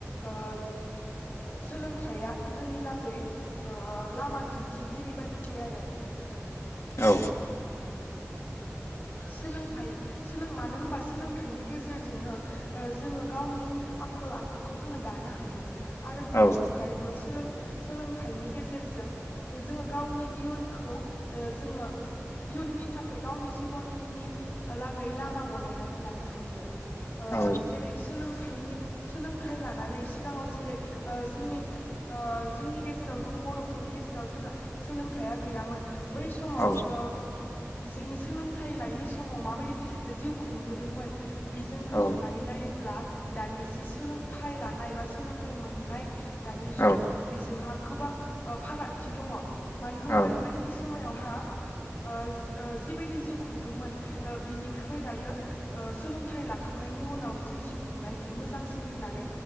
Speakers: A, on the left; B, on the left.
A: ओ सोलोंथाइया जोंनि लागै लामा दिन्थिगिरि बायदि आरो
B: औ
A: सोलोंथाइ सोलों मानो होनबा सोलोंथाइनि गेजेरजोंनो ओ जोङो गावनि आखल आखुखौ जोङो दानो हायो आरो बिनि
B: औ
A: अनगायैबो सोलोंथाइनि गेजेर गेजेरजों जोङो गावनि इयुनखौ ओ जोङो इयुननि थाखाय गावनि जि जिबननि लागै लामा बनायनानै लानो हायो ओ
B: औ
A: जेरै सोलोंथायनि सोलों थाइ लानानै सिगाङाव जेरै ओ जोंनि जोंनि गेजेराव जोंनि बर'फोरनि गेजेराव जेब्ला सोलोंथाइया गैयामोन बै समाव
B: औ
A: ओ बिसोरनि सोलों थाय लायि समाव माबायदि जिउ खुंबोदोंमोन बिजों रुजुनानै
B: औ
A: नायोब्ला दानि जि सोलोंथाइ लानाय बा सोलोंथाइ मोननाय दानि
B: औ
A: जुग बिजोंहा गोबां ओ फारागथि दङ मानो होनबा
B: औ
A: गोदोनि समायाव हा ओ जि जिबायदि जिउ खुंदोंमोन ओ बिनिख्रुइ दायो ओ सोलोंथाइ लाखांनायनि उनाव जि जिउ खुंनाय बियो मोजांसिन होननानै